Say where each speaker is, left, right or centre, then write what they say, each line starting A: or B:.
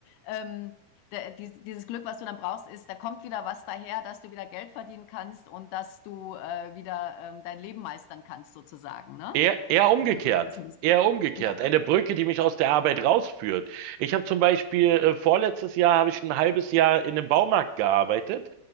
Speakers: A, on the left; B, on the right.
A: Ähm, da dies dieses Glück, was du dann brauchst, ist, da kommt wieder was daher, dass du wieder Geld verdienen kannst und dass du, äh, wieder, ähm, dein Leben meistern kannst sozusagen, ne?
B: Eher, eher
A: So
B: umgekehrt.
A: so sieht das 'n bisschen
B: Eher umgekehrt.
A: ja,
B: Eine Brücke, die mich aus der Arbeit rausführt. Ich habe zum Beispiel äh, vorletztes Jahr habe ich ein halbes Jahr in einem Baumarkt gearbeitet.